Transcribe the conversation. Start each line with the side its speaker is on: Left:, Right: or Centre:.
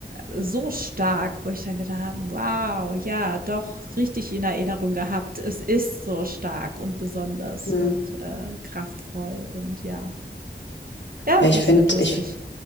Right: so stark, wo ich dann gedacht, habe, wow, ja, doch richtig in Erinnerung gehabt. Es ist so stark und besonders
Left: Mm.
Right: und äh, kraftvoll und ja, ja,
Left: Ja,
Right: das
Left: ich finde,
Right: wird lustig.
Left: ich,